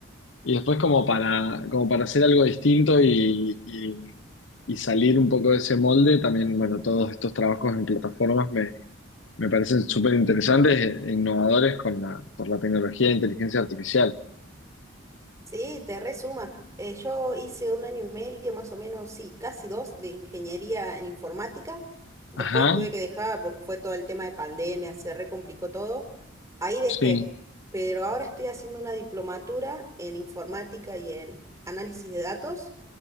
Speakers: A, on the left; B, on the right.
A: y después como para, como para hacer algo distinto y, y- y salir un poco de ese molde, también, bueno, todos estos trabajos en plataformas me, me parecen súper interesantes e innovadores con la, por la tecnología de inteligencia artificial.
B: Sí, te resuma. Eh, yo hice un año y medio, más o menos, sí, casi dos, de ingeniería en informática. Después
A: Ajá,
B: tuve que dejar porque fue todo el tema de pandemia, se recomplicó todo. Ahí dejé,
A: sí,
B: pero ahora estoy haciendo una diplomatura en informática y en análisis de datos,